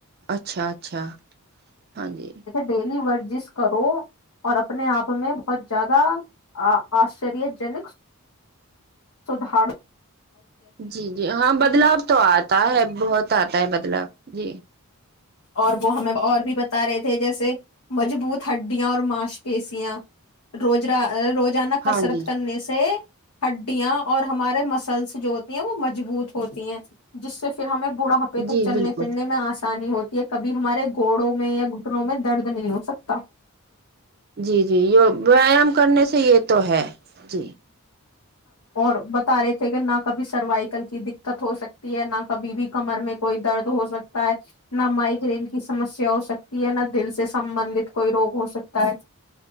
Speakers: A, on the right; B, on the left.
A: اچھا اچھا ہاں جی
B: ڈیلی ورزش کرو اور اپنے آپ میں بہت زیادہ آشچری جنک سودھار
A: جی جی ہاں بدلاؤ تو ا تا ہے بہت آتا ہے بدلاو جی
B: اور وہ ہمیں اور بھی بتا رہے تھے جیسے مجبوت ہڈیا اور ماش پیشیاں روجرا رو زانا کسرت
A: ہاں جی
B: کرنے سے ہڈیا اور ہمارے مسلس جو وہ مجبوط ہوتی ہیں جس سے پھر ہمیں بڑھاپے تک
A: جی
B: چلنے
A: بالکل
B: پھرنے میں آنس ہوتی ہے کبھی ہمارے گھوڑوں میں یا گٹنوں میں درد نہیں ہو سکتا
A: جی جی یہ ویایام کرنے سے یہ تو ہے جی
B: اور بتا رہے نہ کبھی سروائکل کی دقت ہو سکتی ہے نہ کبھی بھی کمر میں کوئی درد ہو سکتا ہے نہ مائگرین کی سمسیا ہو سکتی ہے نہ دل سے سبندت کوئی روگ ہو سکتا ہے